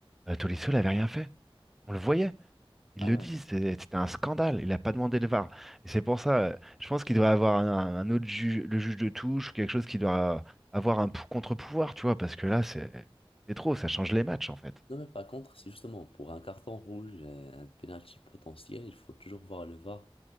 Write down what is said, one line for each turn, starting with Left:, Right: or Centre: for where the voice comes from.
Centre: Euh, Tolisso n'avait rien fait. On le voyait. Ils
Left: Ah
Centre: le
Left: ouais.
Centre: disent. c'est- C'était un scandale. Il n'a pas demandé le VAR. Et c'est pour ça, euh, je pense qu'il doit avoir un, un autre juge, le juge de touche, ou quelque chose qui doit avoir un pou- contre-pouvoir, tu vois, parce que là, c'est c'est trop. Ça change les matchs, en fait.
Left: Non, mais par contre, c'est justement pour un carton rouge, euh, un penalty potentiel, il faut toujours voir le VAR.